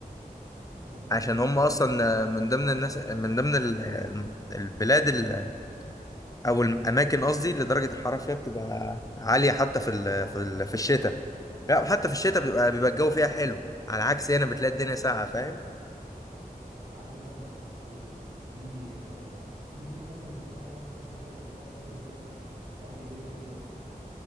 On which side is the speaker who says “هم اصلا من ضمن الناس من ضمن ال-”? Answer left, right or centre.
Left